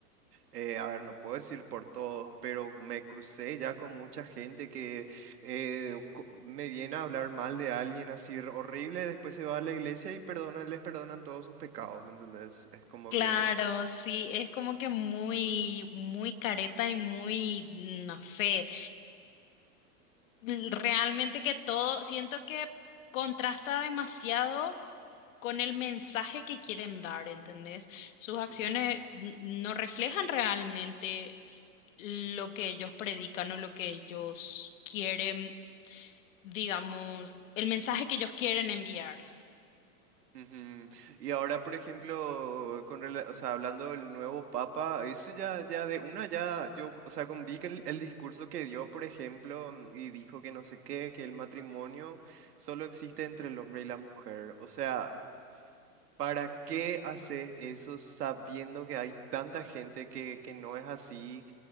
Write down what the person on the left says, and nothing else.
Claro,
sí, es como que muy, muy careta y muy, no sé. l- Realmente que todo, siento que contrasta demasiado con el mensaje que quieren dar, ¿entendés? Sus acciones
n- no reflejan realmente lo que ellos predican o lo que ellos quieren, digamos, el mensaje que ellos quieren enviar.